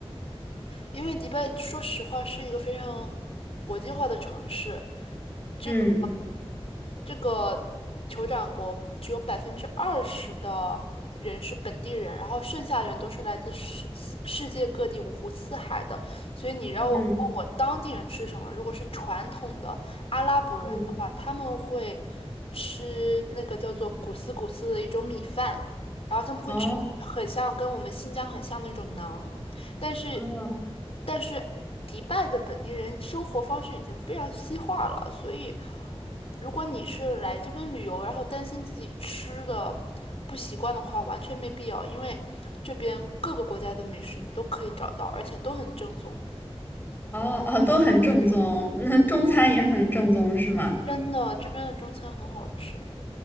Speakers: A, on the left; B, on the left.
A: 因为迪拜说实话是一个非常国际化的城市，这个
B: 嗯
A: 这个酋长国只有百分之二十的人是本地人，然后剩下的人都是来自世世界各地五湖四海的。所以你让我问我当地人吃什么，
B: 嗯
A: 如果是传统的阿拉伯人的话，
B: 嗯，
A: 他们会吃那个叫做古斯古斯的一种米饭，然后他们会吃很像跟我们新疆很像的那种馕。
B: 哦
A: 但是，
B: 哦
A: 但是迪拜的本地人生活方式已经非常西化了，所以如果你是来这边旅游，然后担心自己吃的不习惯的话，完全没必要，因为这边各个国家的美食你都可以找到，而且都很正宗。
B: 哦哦，都很正宗，<laughs> 那中餐也很正宗是吗？
A: 真的，这边的中餐很好吃。